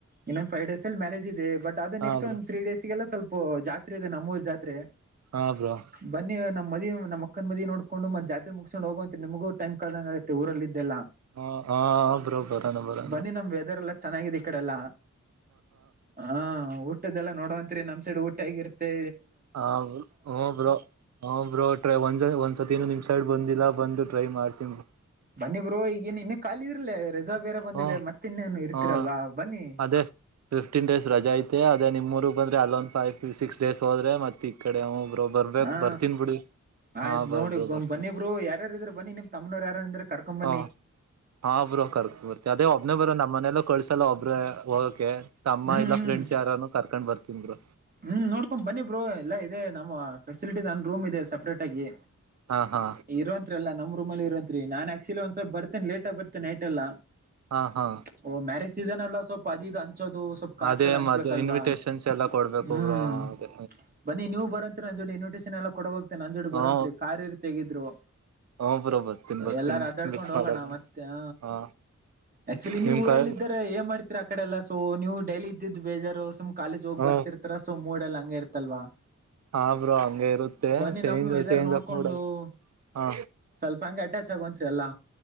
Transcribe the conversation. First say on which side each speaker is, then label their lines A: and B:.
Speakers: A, on the right; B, on the right.
A: ಇನ್ನೊ ಫವ್ ಡೇಸ್ ಅಲ್ಲಿ ಮ್ಯಾರೇಜ್ ಇದೆ ಬಟ್ ಅೇ
B: ಹಾ
A: ನೆಕ್ಸ್ಟ್
B: ಬ್ರೋ
A: ಒಂದು ತ್ರೀ ಡೇಸ್ಗೆಲ್ಲ ಸ್ವಲ್ಪ ಜಾತ್ರೆ ಇದೆ ನಮ್ಮೂರ್ ಜಾತ್ರೆ
B: ಹಾ
A: <unintelligible>
B: ಬ್ರೋ
A: ಬನ್ನಿ ನಮ್ಮ್ ಮದಿ ನಮ್ಮ್ ಅಕ್ಕನ್ ಮದಿ ನೋಡ್ಕೊಂಡು- ಮೆ ಜಾತ್ ಮುಗಕೊಂಡು ಹೋಗ ಅಂತ ನಿಮಗ ಟೈಮ ಕಳ್ದಂಗ ಆಗತ್ತೆಊರಲ್ಲೆಲ್ಲ.
B: ಹ -ಹಾ -ಬರಬರ ಬರಣ
A: ಬನ್ನಿ ನಮ್ ವೆದರ್ ಎಲ್ಲ ಚೆನ್ನಾಗಿದೆ ಈ ಕಡೆಲ್ಲ- ಹ ಊಟ್ದದೆಲ್ಲ ನೋಡುವಂತ್ರಿ ನ್ ಸೈಡ್ ಊಟ ಆಗಿರ್ತ್ತೆ.
B: ಹ- ಹ- ಬ್ರೋ- ಹ- ಬ್ರೋ- ಟ್ರ- ಒಂದ್ ಒಂದ್ಸತಿನ್ನು ನಿಮ್ ಸೈಡ್ ಬಂದಿಲ್ಲ. ಬಂದು -ಟ್ರೈ -ಮಾಡ್ತವಿ
A: ಬನ್ನಿಬ್ರು ಈಗೇನ್ ಇನ್ನ ಖಾಲಿ ಇರ್ಲೇ ರೆಸರ್ವ್ ಬೇರ ಬಂದಿದೆ
B: ಹ್ಮ
A: ಮತ್ತೆ ಇನ್ನೇನು ಇರ್ತಿರಲ್ವಾ
B: ಹ
A: ಬನ್ನಿ.
B: ಅದೇ ಫಿಫ್ಟೀನ್ ಡೇಸ್ ರಜ ಐ ಅದ ನಿಮ್ಊರು ಬಂದ್ರೆ ಅಲೋನ್ ಫೈವ್ ಸಿಕ್ ಡೇಸ್ ಹೋದ್ರೆ ಮೆ <unintelligible> ಈ -ಕಡೆ ಹಬ್ರು ಬರ್ಬಕ್
A: ಹಾ
B: ಬರ್ತನ್ ಬಿಡಿ.
A: ಆಯ್ತ್
B: ಹಾ ಬ
A: ನೋಡಿ
B: ಬ್ರೋ
A: ಗ
B: ಬರ್ತೀನಿ
A: ಬನ್ನಿಬ್ರು ಯಾರ ಇದ್ರ ಬನ್ನಿ ನಿಮಮ್ಮ್ನ್ ಯಾರ್ರ ಕರ್ಕೊಂಬ.
B: ಹ- ಹಾ- ಒಬ್ರು ಕರ್ಕ ಬರ್ತ ಅದೇ ಒಬ್ಬನೇ ಬರ ನಮ್ಮ್ ಮನೆಯಲ್ಲೋ ಕಳ್ಸಲ್ಲ ಒಬ್ಬ್ರ. ಓಕೆ ತಮ್ಮ
A: ಹ್ಮ್
B: ಇಲ್ಲ
A: ಹ್ಮ್
B: ಫ್ರೆಂಡ್ಸ್ ಯಾರಾನೂ ಕರ್ಕೊಂಡ್ ಬರ್ತನ್ರು.
A: ಹ್ಮ್ -ನೋಡ್ಕೊಂಡ್ ಬನ್ನಿ ಬರು ಎಲ್ಲಾ ಇದೆ ನಮ್ಮ್ ಫೆಸಿಲಿಟಿ ನನ್ನ ರೂಮ್ ಇದೆ ಸೆಪ್ರೇಟ್ ಆಗಿ.
B: ಹಾ ಹಾ
A: ಇರುವೋಂತರಿಲ್ಲ ನಮ್ ರೂಮಲ್ಲಿ ಇರೋಂತ್ರಿ ನಾನನ್ ಆಕ್ಚುಲಿ ಒಂದ್ ಸ್ವಲ್ಪ ಬರ್ತೇನೆ ಲೇಟ್ಗಿ ಬರ್ತೆನೆ ನೈಟ್ ಎಲ್ಲ.
B: ಹಾ -ಹಾ
A: ಓ ಮ್ಯಾರೇಜ್ ಸೀಸನ್ ಎಲ್ಲ ಸ್ವಲ್ಪ ಅದದು ಹಂಚೋದು ಸ್ವಲ್ಪ ಕಾಡ್ಸ
B: ಅದೇ
A: ಎಲ್ಲ ಹಂಚ್ಬೇಕಲ್ವಾ.
B: ಮದ ಇನ್ವಿಟೇಶನ್ಸ್ ಎಲ್ಲ ಕೊಡ್ಬೇಕು
A: ಹ್ಮ್-
B: ಬ್ರೋ ಅದೇ
A: ಬನ್ನಿ ನೀವು ಬರಂತೀರ ಜೋಡಿ. ನ್ಟೇನ್ ಎಲ್ಲ ಕೊಡ ಹೋಗತತೆ ನಜೋಡು
B: ಹ
A: ಬರೋಂತತ್ರಿ ಕಾರ್ಯರ್ ತಗ್ರು.
B: ಹ ಬ್ರೋ ಬರ್ತೀನಿ ಬರ್ತೀನಿ
A: ಎಲ್ಲಾರು ಅಡ್ಡಾಡ್ಕೊಂಡ್
B: ಮಿಸ್
A: ಹೋಗೋಣ
B: ಮಾಡಲ್ಲ
A: ಮತ್ತೆ -ಹ
B: ಹಾ
A: <inaudible> ಆಕ್ಚುಲಿ
B: ನಿಮ್
A: ನೀವು ಊರಲ್ಲ್ದಾರೆ
B: ಕ
A: ಏನ್ ಮಾಡ್ತಿರ. ಕಡೆ ಎಲ್ಲ -ಸೊ -ನೀವು ಡೈಲಿ ಇದ್ದಿದ್ದ ಬೇಜುಮ್ ಕಾಲೇಜ ಹೋಗಿ
B: ಹ
A: ಬರ್ತ. ಸೊ -ಮೂಡೆಲ್ಲ ಹಂಗ ಇರ್ತಲ್ವಾ.
B: ಹಾ ಬ್ರೋ ಹಂಗೆ ಇರುತ್ತೆ
A: ಬನ್ನಿ
B: change
A: ನಮ weather
B: change
A: ನೋಡ್ಕೊಂಡು
B: of mood
A: <unintelligible>
B: ಹಾ
A: ಸ್ವಲ್ಪ ಹಂಗೆ ಅಟ್ಯಾಚ್ ಆಗೋಂತ್ರಿ ಅಲ್ಲಾ.